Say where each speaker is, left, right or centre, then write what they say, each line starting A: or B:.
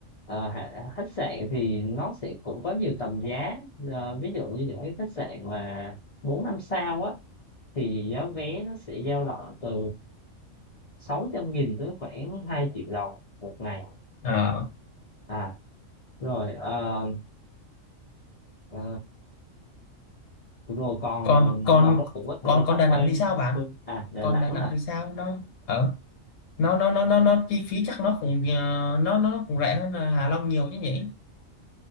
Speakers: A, on the left; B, on the left.
A: Ờ, hả- khách sạn thì nó sẽ cũng có nhiều tầm giá Ờ, ví dụ như những cái khách sạn mà bốn năm sao á thì giá vé nó sẽ dao động từ sáu trăm nghìn tới khoảng 2 triệu đồng một ngày
B: Ờ,
A: à rồi ờ, ờ, rồi còn
B: còn còn
A: mình có cũng có thể
B: còn
A: tham
B: còn Đà
A: quan
B: Nẵng thì sao bạn
A: sân- à Đà
B: còn
A: Nẵng
B: Đà Nẵng
A: hả
B: thì sao nó ở nó nó nó nó nó chi phí chắc nó cũng ờ, nó nó nó cũng rẻ hơn là Hạ Long nhiều chứ nhỉ